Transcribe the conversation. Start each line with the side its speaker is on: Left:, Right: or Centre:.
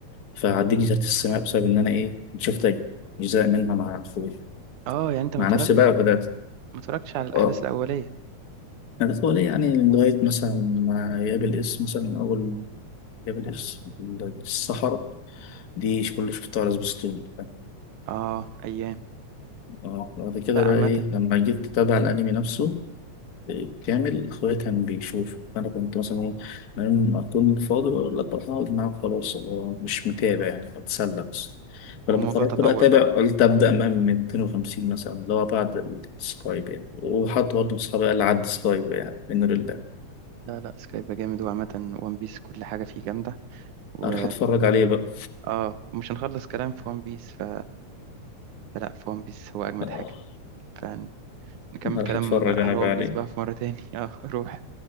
Left: فعديت جزيرة السماء بسبب إن أنا إيه شفت أجزاء منها مع أخويا
Right: اه يعني انت ما
Left: مع
Right: اتفرجتش
Left: نفسي بقى بدأت
Right: ما اتفرجتش على الاحداث
Left: آه
Right: الاوليه
Left: أنا طول يعني لغاية مثلا ما يقابل اسم مثلا أول جبل الص- الصحراء دي مش كل اللي شفتها على سبيستون
Right: اه ايام
Left: اه بعد كده
Right: لا
Left: بقى
Right: عامه
Left: ايه لما جيت اتابع الانمي نفسه كامل اخويا كان بيشوف انا كنت مثلا ايه لما اكون فاضي بقول لك بروح اقعد معاك خلاص هو مش متابع يعني بتسلى بس فلما
Right: والموضوع
Left: قررت
Right: تطور
Left: بقى اتابع
Right: بقى
Left: قلت ابدا من من 250 مثلا اللي هو بعد السكايب يعني وحد برضه من اصحابي قال لي عد سكايب يعني من لله
Right: لا لا سكايب جامد وعامه وان بيس كل حاجه فيه جامده و
Left: اروح اتفرج عليه بقى
Right: اه مش هنخلص كلام في وان بيس ف... فلا في وان بيس هو اجمد
Left: آه،
Right: حاجه فنكمل
Left: هروح
Right: كلام
Left: اتفرج انا
Right: على
Left: بقى
Right: وان
Left: عليه
Right: بيس بقى في مره تاني <laughs> اه روح